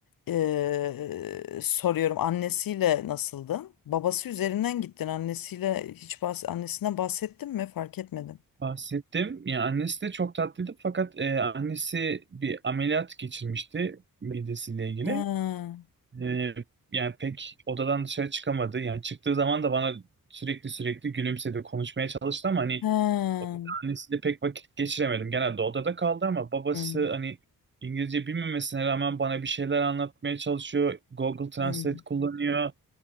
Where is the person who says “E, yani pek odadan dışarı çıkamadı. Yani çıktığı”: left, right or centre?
Right